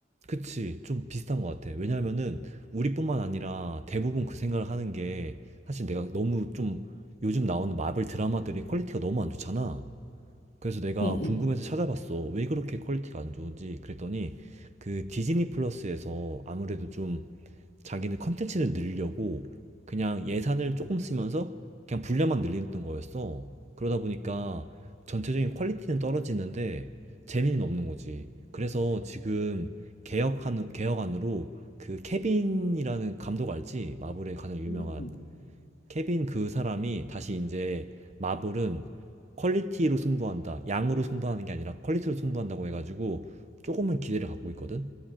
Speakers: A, on the right; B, on the left.
A: 그치, 좀 비슷한 것 같아. 왜냐면은 우리뿐만 아니라 대부분 그 생각을 하는 게 사실 내가 너무 좀 요즘 나오는 마블 드라마들이 퀄리티가 너무 안 좋잖아. 그래서 내가
B: 응,
A: 궁금해서
B: 응.
A: 찾아봤어. 왜 그렇게 퀄리티가 안 좋은지. 그랬더니 그 디즈니 플러스에서 아무래도 좀 자기는 컨텐츠를 늘려고 그냥 예산을 조금 쓰면서 그냥 분량만 늘리던 거였어. 그러다 보니까 전체적인 퀄리티는 떨어지는데 재미는 없는 거지. 그래서 지금 개혁한, 개혁안으로 그 케빈이라는 감독 알지? 마블의 가장 유명한
B: 응,
A: 케빈 그 사람이 다시 이제 마블은 퀄리티로 승부한다. 양으로 승부하는 게 아니라 퀄리티로 승부한다고 해가지고 조금은 기대를 갖고 있거든?